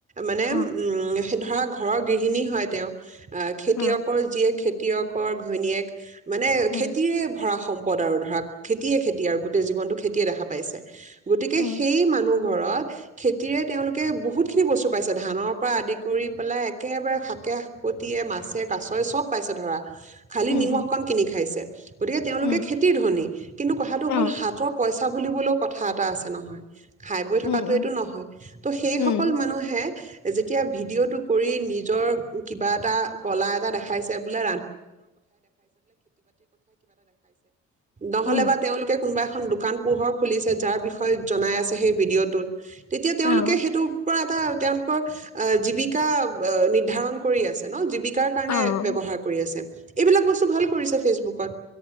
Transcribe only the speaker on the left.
অঁ
অঁ
উম
উম
উম
উম
উম
অঁ
উম উম
উম
উম
অঁ
অঁ